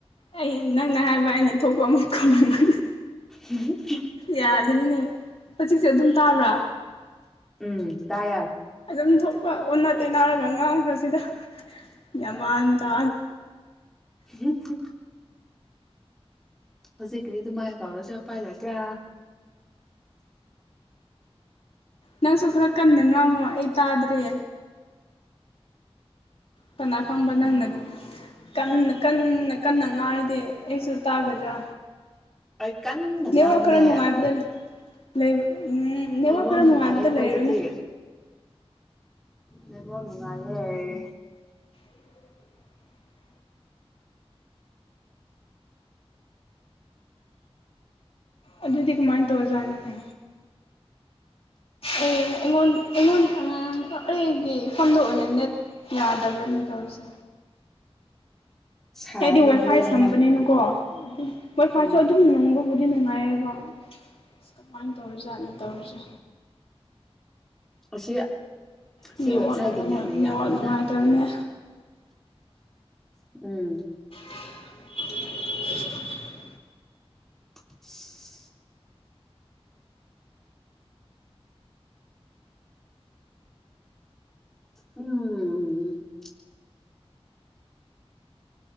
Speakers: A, on the left (about 65°); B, in the centre.
A: ꯑꯩ ꯅꯪꯅ ꯍꯥꯏꯕ ꯑꯩꯅ ꯊꯣꯛꯄ ꯑꯃꯥ ꯈꯨꯝ <unintelligible>
B: ꯍꯤ-ꯍꯤ-ꯍꯤ
A: ꯌꯥꯗꯦꯗꯥꯅꯦ ꯍꯨꯖꯤꯛꯖꯨ ꯑꯗꯨꯝ ꯇꯥꯕ꯭ꯔꯥ
B: ꯎꯝ ꯇꯥꯏꯌꯦ
A: ꯑꯨꯟꯊꯣꯛꯄ ꯑꯣꯟꯅ ꯇꯩꯅꯥꯔꯒ ꯉꯥꯡꯕꯖꯤꯗ ꯌꯥꯃꯥꯟ ꯇꯥ
B: ꯍꯤꯡ-ꯍꯤꯡ-ꯍꯤꯡ ꯍꯧꯖꯤꯛ ꯀꯔꯤ ꯑꯗꯨꯃꯥꯏ ꯀꯧꯔꯥꯖꯤꯃꯥꯏ ꯄꯥꯏ ꯂꯩꯄ꯭ꯔꯥ
A: ꯅꯪꯁꯨ ꯈꯔ ꯀꯟꯅ ꯉꯥꯡꯉꯣ ꯑꯩ ꯇꯥꯗ꯭ꯔꯦ ꯀꯅꯥ ꯈꯪꯕꯥ ꯅꯪꯅ ꯀꯟꯅ-ꯀꯟꯅ-ꯀꯟꯅ ꯉꯥꯏꯗꯦ ꯑꯩꯁꯨ ꯇꯥꯒꯥꯗ꯭ꯔꯥ
B: ꯑꯩ ꯀꯟꯅ
A: ꯅꯦꯋꯥꯛ
B: ꯉꯥꯡꯕꯅꯦ
A: ꯈꯔꯥ ꯅꯨꯡꯉꯥꯏꯕꯗ ꯂꯩꯕ ꯎꯝ ꯅꯦꯋꯥꯛ
B: ꯅꯦꯠꯋꯥꯛ
A: ꯈꯔ
B: ꯅꯨꯡꯉꯥꯏꯌꯦ
A: ꯅꯨꯡꯉꯥꯏꯕꯗ
B: ꯑꯩꯈꯣꯏꯗꯗꯤ
A: ꯂꯩꯔꯨꯅꯦ
B: ꯅꯦꯠꯋꯥꯛ ꯅꯨꯡꯉꯥꯏꯌꯦ
A: <inaudible> ꯑꯗꯨꯗꯤ ꯀꯃꯥꯏ ꯇꯧꯔꯥꯖꯥꯠꯅꯦ ꯑꯥ ꯑꯩꯉꯣꯟ-ꯑꯩꯉꯣꯟ ꯑꯥ ꯑꯩꯒꯤ ꯏꯐꯝꯗ ꯑꯣꯏꯅ ꯅꯦꯠ ꯌꯥꯗꯕ꯭ꯔꯥ ꯅꯦ ꯇꯧꯔꯤꯁꯦ
B: ꯁꯥꯕꯅ
A: ꯑꯦꯗꯤ ꯋꯥꯏꯐꯥꯏ
B: ꯃꯔꯣꯟ
A: ꯁꯝꯕꯅꯤꯅꯦꯀꯣ
B: ꯑꯃ
A: ꯑꯗꯨꯝꯋꯥꯏꯐꯥꯏꯁꯨ
B: ꯎꯝ
A: ꯑꯗꯨꯝ ꯅꯨꯡꯕꯨꯗꯤ ꯅꯨꯡꯉꯥꯏꯌꯦꯕ ꯀꯃꯥꯏ ꯇꯧꯔꯤꯖꯥꯠꯅꯤ ꯇꯧꯔꯤꯖꯦ
B: ꯑꯁꯤ
A: ꯅꯦꯠꯋꯥꯛꯅ
B: ꯁꯤ ꯋꯦꯕꯁꯥꯏꯗꯤ
A: ꯅꯨꯡꯉꯥꯏ
B: ꯅꯦꯠꯅ ꯌꯥꯗꯕꯅ
A: ꯅꯦꯠꯋꯥꯛ ꯅꯨꯡꯉꯥꯏꯇꯕꯅꯦ
B: ꯎꯝ
A: <inaudible>
B: <inaudible> ꯎꯝ